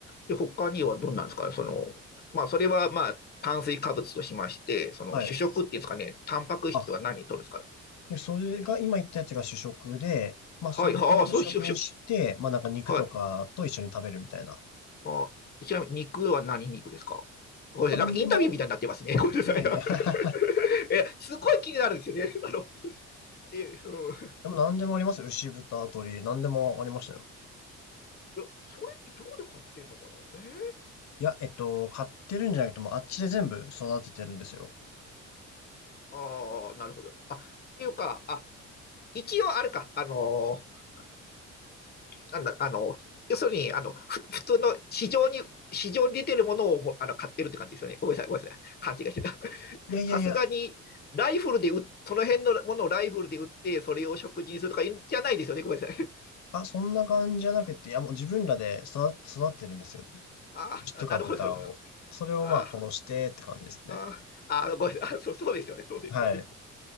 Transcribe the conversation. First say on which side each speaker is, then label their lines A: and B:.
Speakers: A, on the left (about 35°); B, on the left (about 65°).
A: で、他にはどんなんですかその、まあ、それは、まあ、炭水化物としまして、その主食っていうんですかね、
B: はい。
A: タンパク質は何とるんですか
B: あ、で、それが、今言ったやつが主食で、まあ、
A: はい、
B: それを主食にして、
A: はあ、そう、主食。
B: まあ、なんか肉とかと一緒に食べるみたいな。
A: はい。あちなみに肉は何肉ですかごめんなさい、
B: まあ、なんでも、
A: なんかインタビューみたいになってますね。ごめんなさい。
B: いやいやいや
A: <laughs>
B: <laughs>
A: え、すごい気になるんですよね。<laughs> あの、で、うん。い
B: でもなんでもありますよ。牛豚、鶏、なんでもありましたよ。
A: や、それってどこで買ってんのかなえー
B: いや、えっと、買ってるんじゃなくても、あっちで全部育ててるんですよ。
A: ああ、なるほど。あ、っていうか、あ、一応あれか、あのーなんだ、あのー、要するに、あの、ふ普通の市場に、市場に出てるものをあの買ってるって感じですよね。ごめんなさい、ごめんなさい。勘違いしてた。<laughs>
B: いやいやいや、
A: さすがに、ライフルでうその辺のものをライフルで売って、それを食事にするとかじゃないですよね。ごめんなさい。
B: あ、そんな感じじゃなくて、いや、もう自分らで育て、育ててるんですよ。
A: ああ、
B: 牛とか豚を。
A: なるほど、なるほど。
B: それをまあ殺してって感じですね。
A: ああ、ああ、ごめんあそう、そうですよね、そうですよね。
B: はい。